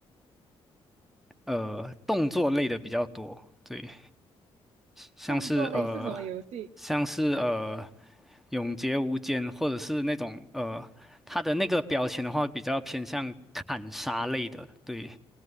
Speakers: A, in the centre; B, on the right (about 90°).
A: 呃动作类的比较多。对，像是呃，
B: 动作类是什么游戏？
A: 像是呃，永劫无间，或者是那种呃，它的那个标签的话，比较偏向砍杀类的，对